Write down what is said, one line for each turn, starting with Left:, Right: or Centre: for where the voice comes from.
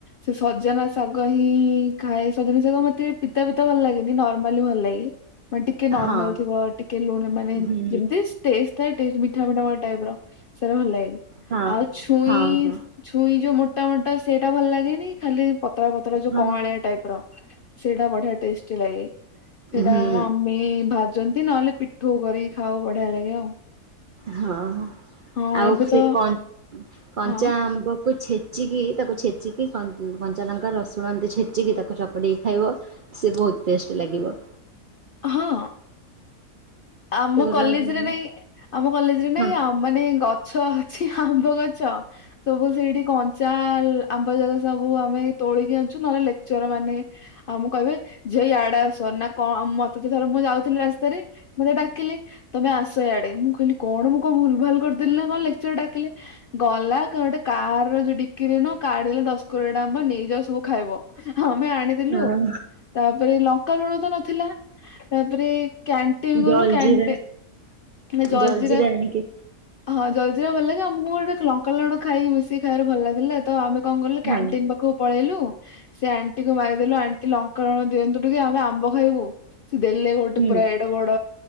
Left: ସେ ସଜନା ଶାଗ ହିଁ ଖାଏ ସଜନା ଶାଗ ମତେ ପିତା ପିତା ଭଲ ଲାଗେନି ନର୍ମାଲି ଭଲ ଲାଗେ। ମାନେ ଟିକେ ନର୍ମାଲ
Right: ହଁ।
Left: ଥିବ ଟିକେ ଲୁଣ ମାନେ
Right: ହୁଁ
Left: ଯେମିତି ଥାଏ ମିଠା ମିଠା ଟାଇପ ର। ସେରା ଭଲଲାଗେ
Right: ହଁ
Left: ଛୁଇଁ
Right: ହଁ ହଁ।
Left: ଛୁଇଁ ଯୋଉ ମୋଟା ମୋଟା ସେଇଟା ଭଲ ଲାଗେନି ଖାଲି ପତଳା ପତର ଯୋଉ
Right: ହଁ
Left: କଆଁଳିଆ ଟାଇପ ର ସେଇଟା ବଢିଆ ଟେଷ୍ଟି ଲାଗେ। ସେଇଟା
Right: ହୁଁ
Left: ମମି ଭାଜନ୍ତି ନହେଲେ ପିଠୋଉ କରି ଖାଉ ବଢିଆ ଲାଗେ ଆଉ।
Right: ହଁ
Left: ହଁ
Right: ଆଉ
Left: ଏବେ
Right: ସେ
Left: ତ
Right: କନ୍ କଞ୍ଚା
Left: ହଁ
Right: ଆମ୍ବ ତା କୁ ଛେଚିକି ତାକୁ ଛେଚିକି କଞ୍ଚା ଲଙ୍କା ରସୁଣ ଏମିତି ଛେଚିକି ତାକୁ ଚକଡ଼ିକି ଖାଇବ। ସେ ବହୁତ ଟେଷ୍ଟ ଲାଗିବ।
Left: ହଁ ଆମ
Right: ସେଗୁରା
Left: କଲେଜରେ
Right: ମାନେ
Left: ନାଇଁ ଆମ କଲେଜରେ ନାଇଁ
Right: ହଁ
Left: ଆଉ ମାନେ ଗଛ ଛି ଆମ୍ବ ଗଛ। ସବୁ ସେଇଠି କଞ୍ଚା ଆମ୍ବ ଯାକ ସବୁ ଆମେ ତୋଳିକି ଆଣିଛୁ ନହେଲେ ଲେକ୍ଚର ମାନେ ଆଉ ମୁଁ କହିବି ଝିଅ ୟାଡା ଆସ ନା କଣ ମତେ ତ ଥର ମୁଁ ଯାଉଥିଲି ରାସ୍ତାରେ ମତେ ଡାକିଲେ ତମେ ଆସ ଏଇଆଡେ ମୁଁ କହିଲି କଣ ମୁଁ କଣ ଭୁଲ ଭାଲ କରିଦେଲିି ନା କଣ ଲେକ୍ଚର ଡାକିଲେ। ଗଲା ଗୋଟେ କାର ର ଯୋଉ ଡିକିରି ନ କାଢଲେ ଦଶ କୋର ଟା ଆମ ନେଇଯାଉଅ ସବୁ ଖାଇବ। ଆମେ ଆଣିଦେଲୁ
Right: ହଁ
Left: ଆଉ। ତାପରେ ଲଙ୍କା ଲୁଣ ତ ନଥିଲା ତାପରେ କ୍ୟା ତିିଲଗଲୁ
Right: ଜଲଜିିରା
Left: କ୍ୟାାନଟେ ମେ ଜଲଜିରା
Right: ଜଲଜିିରା ଆଣିକି
Left: ହଁ ଜଲଜିରା ଭଲ ଲାଗେ ଆମକୁ ମୋର ଗୋଟେ ଲଙ୍କା ଲୁଣ ଖାଇକି ମିଶିକି ଖାଇବାର ଭଲ ଲାଗିଲା ତ ଆମ କଣ କଲୁ କ୍ୟାଣ୍ଟିନ୍
Right: ହଁ
Left: ପାଖକୁ ପଳେଇଲୁ ସେ ଆଣ୍ଟି କୁ ମାଗିଦେଲୁ ଆଣ୍ଟି ଲଙ୍କାଲୁଣ ଦିଅନ୍ତୁ ଟିକେ ଆମେ ଆମ୍ବ ଖାଇବୁ। ସେ ଦେଲେ ଗୋଟେ
Right: ହୁଁ
Left: ପୁରା ଏଡେ ବଡ